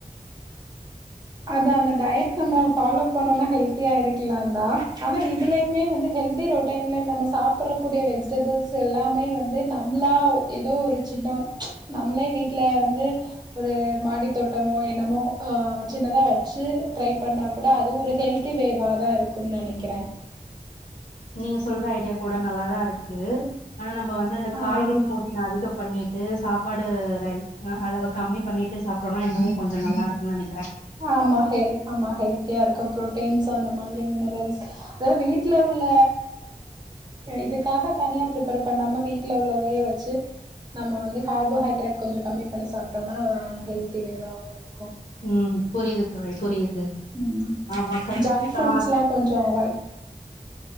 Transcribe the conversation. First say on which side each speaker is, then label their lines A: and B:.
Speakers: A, on the right (about 30°); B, on the left (about 70°).
A: அது அந்த டயட் நம்ம ஃபாலோ பண்ணோனா ஹெல்தியா இருக்கலாந்தா ஆனா இதுலயுமே வந்து ஹெல்தி ரொட் டைம்ல நம்ம சாப்பறக்கூடிய வெஜிடபிள்ஸ் எல்லாமே வந்து நம்மளா ஏதோ ஒரு சின்ன நம்ளே வீட்ல வந்து ஒரு மாடி தோட்டமோ என்னமோ ஒ சின்னதா வச்சு ட்ரை பண்ணா கூட அது ஒரு ஹெல்த்தி வேவா தா இருக்குன்னு நெனைக்கிறே
B: நீங்க சொல்ற ஐடியா கூட நல்லாதா இருக்கு ஆனா நம்ம வந்து அந்த
A: ஆ
B: காய்கறி போஷ்ண அதிகப்பண்ணி ட்டு சாப்பாடு ரை அளவ கம்மிபன்னிட்டு சாப்ட்டோம்னா இன்னமே கொஞ்ச நல்லா இருக்குன் நெனைக்கிறே
A: ஆமா ஹெல் ஆமா ஹெல்தியா இருக்கு ப்ரோட்டீன்ஸ் அந்த மாதிரி மினரல்ஸ் அதாது வீட்ல உள்ள இதுக்காக தனியா பிரிப்பர் பண்ணாம வீட் ட்ல உள்ளதயே வச்சு நம்ம வந்து கார்போஹைட்ரேட் கொஞ்ச கம்மி பண்ணி சாப்ட்டோம்னா ஹெல்தி வேவாவு இருக்கு
B: ம் புரியுது தோழி புரியுது
A: ம்
B: ஆமா கத்
A: ஜங்க்
B: தா
A: ஃப்ரூட்ஸ்லா கொஞ்சோ வை